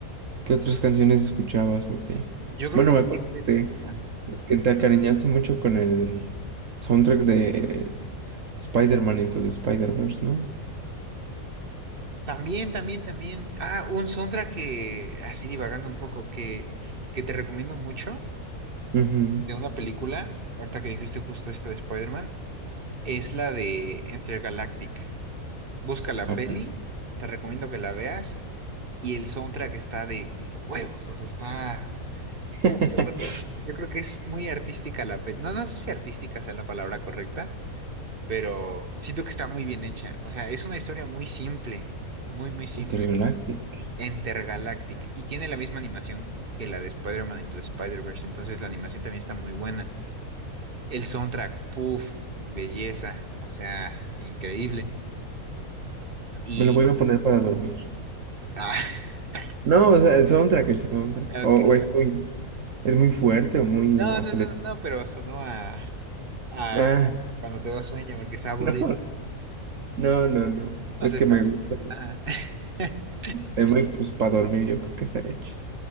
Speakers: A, on the right (about 60°); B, on the right (about 40°).
A: qué otras canciones escuchabas o qué?
B: Yo creo
A: Bueno,
B: que
A: me
B: después-
A: acuerdo que te,
B: ajá.
A: que te acariñaste mucho con el soundtrack de Spider-Man Into the Spider-Verse, ¿no?
B: También, también, también. Ah, un soundtrack que, así divagando un poco, que, que te recomiendo mucho.
A: Ujú.
B: de una película, ahorita que dijiste justo esta de Spider-Man, es la de Intergalactic. Busca la
A: Ah,
B: peli,
A: caray.
B: te recomiendo que la veas, y el soundtrack está de huevos, o sea, está...
A: <laughs>
B: Uf, yo creo que, yo creo que es muy artística la peli. No, no sé si artística sea la palabra correcta, pero siento que está muy bien hecha. O sea, es una historia muy simple, muy, muy simple.
A: Intergaláctico.
B: Intergalactic, y tiene la misma animación que la de Spider-Man Into the Spider-Verse, entonces la animación también está muy buena. El soundtrack, puff belleza, o sea, increíble. Y,
A: Me lo voy a poner para dormir.
B: ah, <laughs>
A: No, o sea, el soundtrack, el soundtrack.
B: ok.
A: O, o es muy, es muy fuerte o muy
B: No,
A: acelerado.
B: no, no, no, pero sonó a, a
A: Ah,
B: cuando te da sueño porque está
A: <laughs>
B: aburrido.
A: no, no, no, no.
B: O
A: Es
B: sea,
A: que
B: está,
A: me gusta el
B: ajá. <laughs>
A: tema y pues para dormir yo creo que estaría chido.